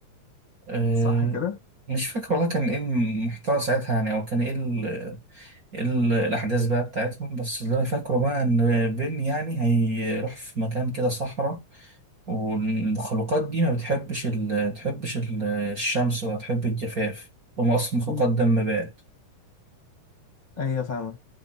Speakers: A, on the right; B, on the left.
A: أه...
B: صح كده
A: مش فاكر والله كان ايه المحتوى ساعتها يعني او كان ايه ال... إيه ال... الاحداث بقى بتاعتهم بس اللي انا فاكره بقى ان بن يعني هيروح في مكان كده صحراء والمخلوقات دي ما بتحبش ال... بتحبش ال... الشمس ولا تحب الجفاف هم اصلا مخلوقات
B: مم.
A: دم بارد
B: ايوه فاهمه